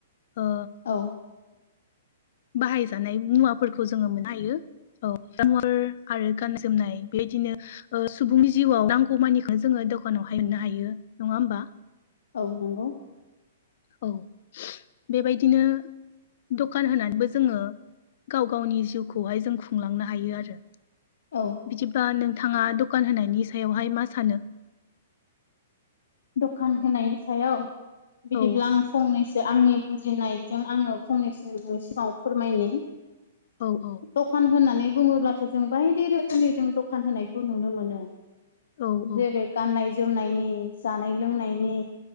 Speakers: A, on the left; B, on the left.
A: ओ
B: औ
A: बाहायजानाय मुवाफोरखौ जोंङो मोननो हायो। औ <unintelligible> आरो गाननाय जोमनाय बेबायदिनो ओ सुबुंनि जिउआव नांगौमानिखौ जोंङो दखानाव हाय मोननो हायो नङा होमबा?
B: औ नंगौ।
A: औ बेबायदिनो दखान होनानैबो जोङो गाव गावनि जिउखौहाय जों खुंलांनो हायो आरो
B: औ
A: बिदिबा नोंथाङा दखान होनायनि सायावहाय मा सानो?
B: दखान होनायनि सायाव बिदिब्ला
A: औ
B: आं फंनैसो आंनि बुजिनायजों आङो फंनैसो सिगाङाव फोरमायनि
A: औ औ
B: दखान होननानै बुङोब्लाथ' जों बायदि रोखोमनि जों दखान होनायखौ नुनो मोनो।
A: औ औ
B: जेरै गाननाय जोमनायनि जानाय लोंनायनि